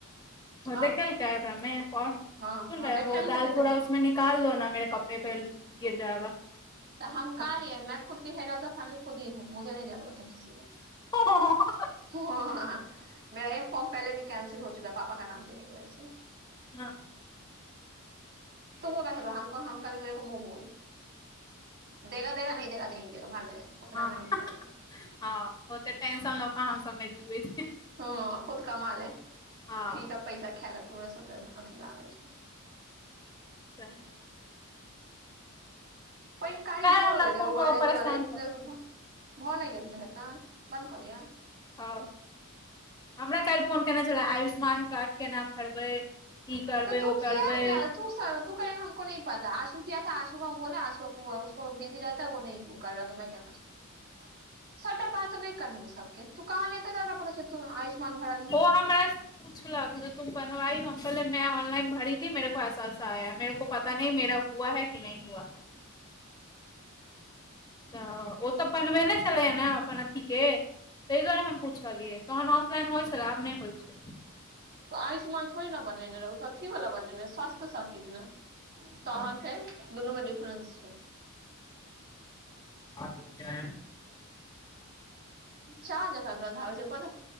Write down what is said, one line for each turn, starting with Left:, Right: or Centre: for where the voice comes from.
Right: हँ
Left: देखेलकै ओकरामे फॉर्म।
Right: हाँ
Left: सुन
Right: हाँ
Left: रहै
Right: देखेल
Left: हो, दालथोड़ा
Right: के थे इधर
Left: उसमें निकाल लो न मेेरे कपड़े पे गिर जाएगा।
Right: तऽ हम कहलियै
Left: हँ
Right: मैं खुद हेड ऑफ द फैमिली खुदी हूँ, मुझे नहि जरुरत है किसी के।
Left: ह <inaudible>
Right: ह मेरा एक फॉर्म पहिले भी कैंसिल हो चुका है, पापा का नाम देने के वजह से।
Left: हँ।
Right: तूम को कैसे प हम कहलियै मेरे को मुँह बोल देगा - देगा नहि देगा नहि देगा भार में जाए। उतनामे
Left: हँ
Right: न कर छै
Left: हँ ओते टेंशन लऽ कऽ हम सबमे जीबै छी
Right: ह। ह खुद कमा ले
Left: हँ
Right: फ्री का पैसा खाय ले तोरे सबके अथी लागल छो।
Left: सैहै।
Right: पाइन कारी
Left: काल्हि
Right: भऽ
Left: हमरा
Right: गेलैे गै
Left: फोन
Right: उबालैत-
Left: कऽ कऽ परेशान
Right: उबालैत।
Left: करै छै
Right: भऽ नहि गेल हेतै बन्द कऽ दियै।
Left: ह हमरा काइल फोन केने छलै, आयुष्मान कार्ड केना भरबै। ई करबै
Right: तऽ तू
Left: ओ
Right: किया
Left: करबै
Right: जा तू स कहियैन हमको नही पता आशु किया था आशु को हम बोले आशु उको बिजी र <inaudible> तऽ वो नहि कर रहा त मैं क्या कर सकती हूं। सबटा बात नहि कही सब तू कहलही एते देर में कतऽ छै तू आयुष्मान भरलहीन है।
Left: आमरस। पूछलक जो तुम बनवाइ हो, हम करियै मैं ऑनलाइन भरी थी मेरे को ऐसाऐसा आया मेरेको पता नही मेरा हुआ है कि नहि हुआ है। तऽ ओ तऽ बनबे नहि छलैय ने अपन अथी। के ताहि दुआरे हम पूछलियै, तहन ऑफलाइन होइ छलै, आब नहि होइ छै।
Right: त आयुष्मान थोड़ी ने बनेने रहो उ तऽ अथी वाला बनेने स्वास्थ्य साटीक ने, तहन
Left: हँ
Right: फेर। दुनू में डिफरेंस छै।
Left: आ क <inaudible>
Right: चाह जेका गन्ध आबै छै पता